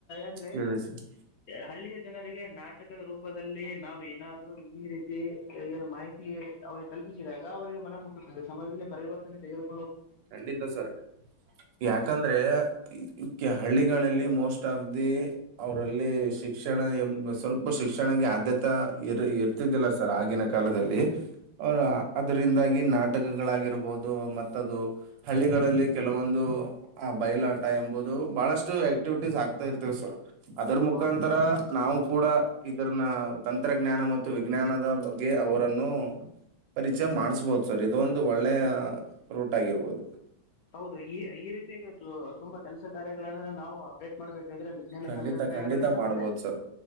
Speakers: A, on the left; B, on the right.
A: ಅಂದ್ರೆ
B: ಹೇಳಿ ಸರ್
A: ಹಳ್ಳಿ ಜನರಿಗೆ ನಾಟಕದ ರೂಪದಲ್ಲಿ ನಾವು ಏನಾದ್ರೂ ಈ ರೀತಿ ಏನು ಮಾಹಿತಿ ಅವರಿಗೆ ಕಲ್ಪಿಸಿದಾಗ ಅವರಿಗೆ ಮನ ಮುಟ್ಟುತ್ತದೆ ಸಮಾಜದಲ್ಲಿ ಪರಿವರ್ತನೆ ತೆಗೆತ್ತೆ
B: ಖಂಡಿತ ಸರ್ ಯಾಕಂದ್ರೆ ಕೆ ಹಳ್ಳಿಗಳಲ್ಲಿ ಮೋಸ್ಟ್ ದಿ ಅವರಲ್ಲಿ ಶಿಕ್ಷಣ ಎ ಸ್ವಲ್ಪ ಶಿಕ್ಷಣಗೆ ಆದ್ಯತೆ ಇರ್ ಇರ್ತಿದ್ದಿಲ್ಲ ಸರ್ ಆಗಿನ ಕಾಲದಲ್ಲಿ ಅವ ಅದರಿಂದಾಗಿ ನಾಟಕಗಳಾಗಿರ್ಬಹುದು ಮತ್ತದು ಹಳ್ಳಿಗಳಲ್ಲಿ ಕೆಲವೊಂದು ಆ ಬಯಲಾಟ ಎಂಬುದು ಬಹಳಷ್ಟು ಆಕ್ಟಿವಿಟೀಸ್ ಆಗ್ತಾ ಇರ್ತೇವಿ ಸರ್ ಅದರ ಮುಖಾಂತರ
A: ಹೌದು
B: ನಾವು ಕೂಡ ಇದ್ರನ್ನ ತಂತ್ರಜ ಜ್ಞಾನ ಮತ್ತು ವಿಜ್ಞಾನದ ಬಗ್ಗೆ ಅವರು ಪ ಚೆ ಮಾಡ್ಿಸಬಹದು ಸರ್ ಇದೊಂದು ಒಳ್ಳೆ ರ ಆಗಿರ್ಬೋದು
A: ಹೌದು ಈ ಈ ರೀತಿಿಯಾಗಿ ತುಂಬಾ ಕೆಲಸ ಕಾರ್ಯಗಳನ್ನ ನಾವು ಅಪ್ಡೇಟ್ ಮಾಡ್ಬೇಕು ಾ್ರೆ ವಿಜ್ಞಾನ
B: ಖಂಡಿತ
A: ತಂತ್ರಜ್ಞಾನಗಳಿಂದ
B: ಖಂಡಿತ ಮಾಡ್ಬೋದು
A: ಮತ್ತೆ
B: ಸರ್